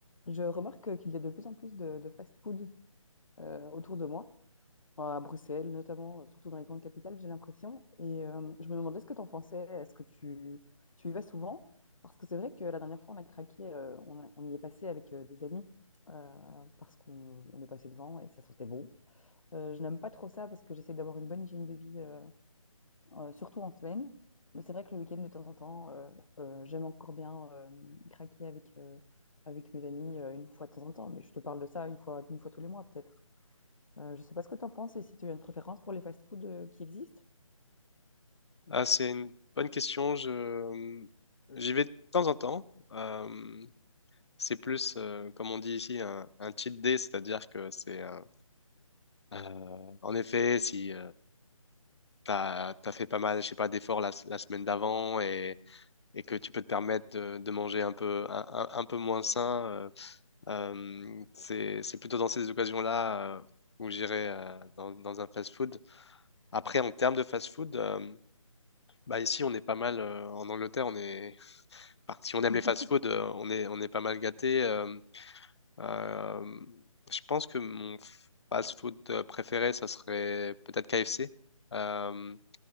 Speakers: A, on the left; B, on the left.
A: Je remarque qu'il y a de plus en plus de, de fast-food euh, autour de moi, à Bruxelles notamment, euh, surtout dans les grandes capitales, j'ai l'impression. Et euh, je me demandais ce que tu en pensais, est-ce que tu, tu y vas souvent? Parce que c'est vrai que la dernière fois, on a craqué, euh, on, a- on y est passé avec euh, des amis euh, parce qu'on on est passé devant et ça sentait bon. Euh, je n'aime pas trop ça parce que j'essaie d'avoir une bonne hygiène de vie euh, euh, surtout en semaine. Mais c'est vrai que le week-end, de temps en temps, euh, euh, j'aime encore bien euh, craquer avec, euh, avec mes amis euh, une fois de temps en temps. Mais je te parle de ça une fois, une fois tous les mois, peut-être. Euh, je sais pas ce que tu en penses et si tu as une préférence pour les fast-foods euh, qui existent.
B: Ah, c'est une bonne question. Je... J'y vais de temps en temps. Euh, c'est plus, euh, comme on dit ici, un, un cheat day, c'est-à-dire que c'est... euh, euh, en effet, si tu as, fait pas mal, je sais pas, d'efforts la, la semaine d'avant et, et que tu peux te permettre de, de manger un peu, un, un- un peu moins sain, euh, euh, c'est, c'est plutôt dans ces occasions-là euh, où j'irai euh, dans, dans un fast-food. Après, en termes de fast-food... euh, bah ici, on est pas mal, euh, en Angleterre, on est, bah, si on aime
A: <laughs>
B: les fast-food, euh, on est, on est pas mal gâté. euh, euh, je pense que mon fast-food euh, préféré, ça serait peut-être KFC. Euh,